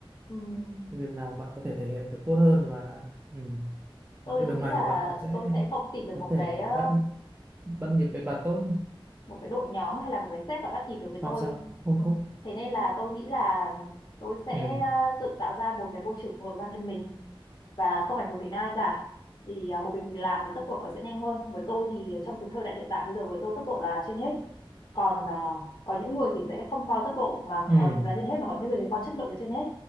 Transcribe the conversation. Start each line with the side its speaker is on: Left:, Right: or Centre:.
Left: Ừm,
Right: cái việc nào bạn có thể thể hiện được tốt hơn và ừ,
Left: tôi
Right: và người
Left: thì tôi
Right: đồng
Left: nghĩ
Right: hành
Left: là
Right: của bạn nó sẽ
Left: tôi sẽ không tìm được
Right: có
Left: một
Right: thể
Left: cái ờ,
Right: bắt bắt nhịp với bạn tốt
Left: một cái đội nhóm hay là một cái sếp mà bắt nhịp được với
Right: không
Left: tôi
Right: sao không không
Left: thế nên là tôi nghĩ là tôi sẽ
Right: ừ
Left: ờ, tự tạo ra một cái môi trường phù hợp với bản thân mình và không ảnh hưởng đến ai cả thì ờ, một mình mình làm thì tốc độ nó sẽ nhanh hơn với tôi thì trong cái thời đại hiện tại bây giờ với tôi tốc độ là trên hết còn ờ, có những người thì sẽ không coi tốc độ mà
Right: ừ
Left: ờ, là trên hết mà có những người thì coi chất lượng là trên hết